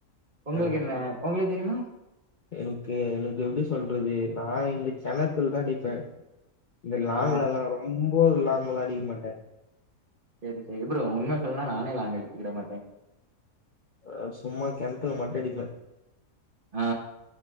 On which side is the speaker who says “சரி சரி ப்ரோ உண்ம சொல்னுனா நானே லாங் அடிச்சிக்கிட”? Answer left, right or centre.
Right